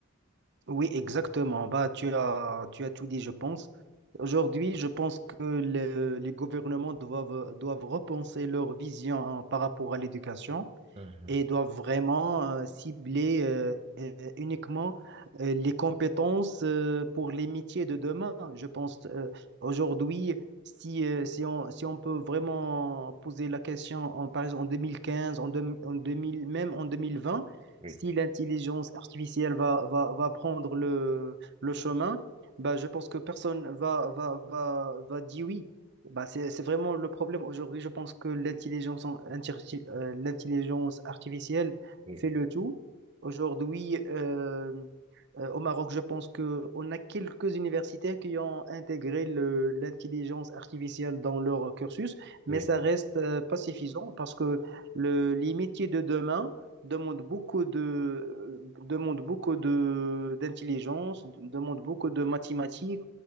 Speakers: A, on the right (about 60°); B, on the right (about 30°).
A: oui, exactement. Bah, tu as, tu as tout dit, je pense. Aujourd'hui, je pense que le- les gouvernements doivent, doivent repenser leur vision hein, par rapport à l'éducation.
B: Mhm.
A: et doivent vraiment euh, cibler euh, euh, uniquement euh, les compétences euh, pour les métiers de demain. Je pense euh, aujourd'hui, si, euh, si on, si on peut vraiment poser la question, en, par exemple en 2015, en, deux- en 2000, même en 2020,
B: Oui,
A: si l'intelligence artificielle va, va, va prendre le, le chemin, bah, je pense que personne va, va, va, va dire oui. Bah, c'est, c'est vraiment le problème aujourd'hui. Je pense que l'intelligence en- interti- euh, l'intelligence artificielle
B: oui,
A: fait le tout. Aujourd'hui, euh, euh, au Maroc, je pense que on a quelques universités qui ont intégré le- l'intelligence artificielle dans leur cursus, mais
B: oui,
A: ça reste euh, pas suffisant parce que le, les métiers de demain demandent beaucoup de, demandent beaucoup de, d'intelligence, demandent beaucoup de mathématiques,